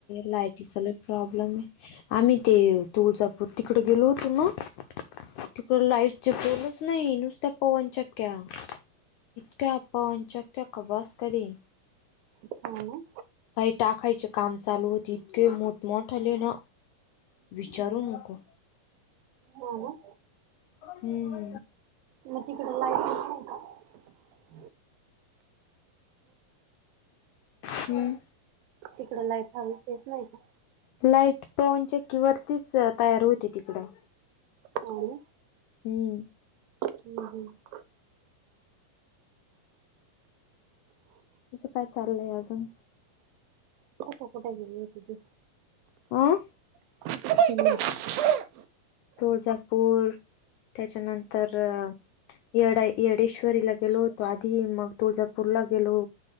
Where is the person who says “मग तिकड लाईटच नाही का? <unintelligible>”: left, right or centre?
Right